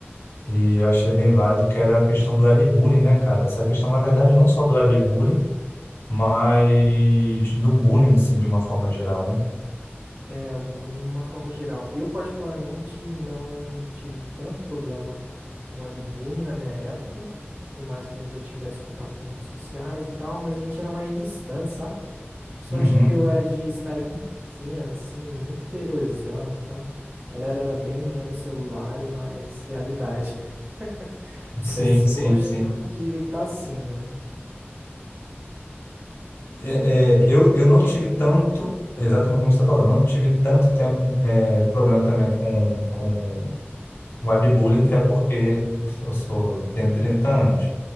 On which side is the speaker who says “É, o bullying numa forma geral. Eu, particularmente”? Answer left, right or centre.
Right